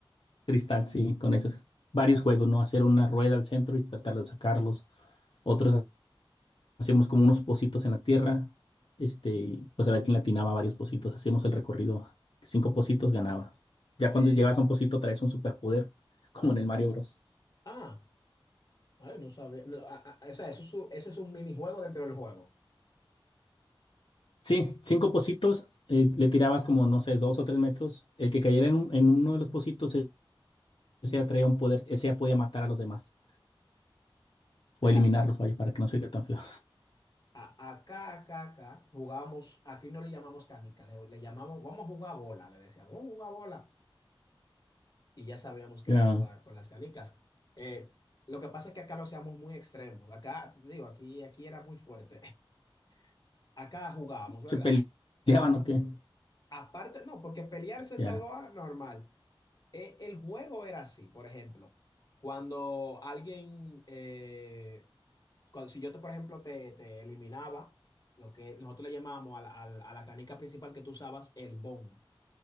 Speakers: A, on the left (about 70°); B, on the left (about 45°).
A: cristal, sí, con esos varios juegos, ¿no? Hacer una rueda al centro y tratar de sacarlos, otros hacíamos como unos pocitos en la tierra, este, y, pues a ver quién latinaba varios pocitos, hacíamos el recorrido, cinco pocitos ganaba. Ya
B: Eh,
A: cuando llegabas a un pocito traes un superpoder, <laughs> como en el Mario Bros.
B: ah, ay, no sabía. no, a- a- o sea, eso es, un- eso es un minijuego dentro del juego.
A: Sí, cinco pocitos, eh, le tirabas como, no sé, dos o tres metros, el que cayera en, un- en uno de los pocitos, ese ese ya traía un poder, ese ya podía matar a los demás,
B: Mira,
A: o eliminarlos, vaya, para que no se oiga tan feo.
B: a- acá, acá, acá, jugamos, aquí no le llamamos canica, le, le llamamos, vamos a jugar bola, le decíamos, vamos a jugar bola. y ya sabíamos que
A: Ya.
B: era jugar con las canicas. Eh, lo que pasa es que acá lo hacíamos muy extremo. Acá, te digo, aquí, aquí era muy fuerte. <laughs> Acá jugábamos, ¿verdad?
A: ¿Se peleaban o qué?
B: Aparte, no, porque pelearse es
A: Ya,
B: algo ah, normal. Eh, el juego era así, por ejemplo, cuando alguien, eh, cuando, si yo, te, por ejemplo, te, te eliminaba, lo que nosotros le llamábamos al- al- a la canica principal que tú usabas, el bon.